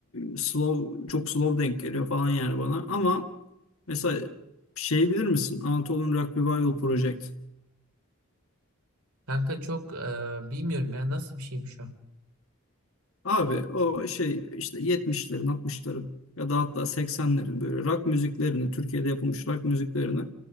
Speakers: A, on the left (about 70°); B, on the right (about 85°).
A: e, slow çok slow denk geliyor falan yani bana. Ama mesela şey bilir misin? Anatolian Rock Revival Project.
B: Kanka çok e, bilmiyorum ya nasıl bir şeymiş o.
A: Abi o şey işte 70'lerin 60'ların ya da hatta 80'lerin böyle rock müziklerini Türkiye'de yapılmış rock müziklerini